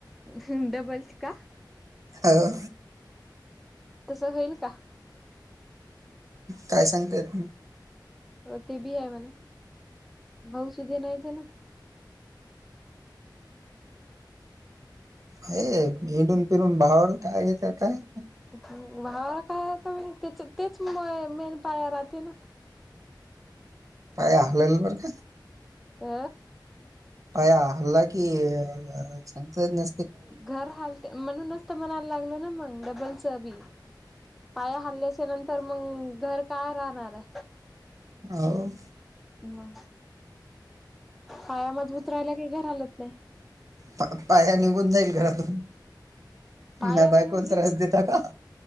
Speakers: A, in the centre; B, on the right (about 45°).
A: हम डबल ची का
B: हाव
A: तसं होईल का?
B: काय सांगता येत नाई
A: हो ते बी हाय म्हणा भाऊ सुधे नाहीचेना
B: हे हिंडून फिरून भावर कायेत काय
A: हम भावाला काय तुम्ही तेच तेच मेन पाया राहते ना
B: पाय हालेल बर का
A: अ
B: पाया हल्ला कि अ सांगता येत नाइ.
A: घर हालते म्हणूनच त म्हणाला लागल ना मग डबलच बी पाया हाल्याच्या नंतर तर मग घर काय राहणाराय.
B: आव
A: मग पाया मजबूत राहिला काही घर हलत नाही.
B: पा पाया निघून जाईल घरातून
A: पाया
B: मा बायकोला
A: निघून गेला
B: त्रास देता का?